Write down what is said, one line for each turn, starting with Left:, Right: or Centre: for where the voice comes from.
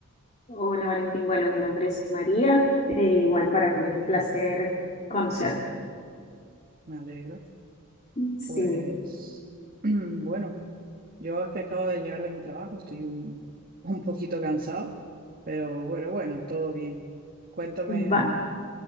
Left: Hola, Valentín. Bueno, mi nombre es María. Eh, igual
Right: Hola,
Left: para
Right: María,
Left: mí un placer conocerte.
Right: me alegro.
Left: Sí,
Right: Pues, <clears throat> bueno, yo es que acabo de llegar de mi trabajo, estoy un, <laughs> un poquito cansado, pero bueno, bueno, todo bien. Cuéntame,
Left: va.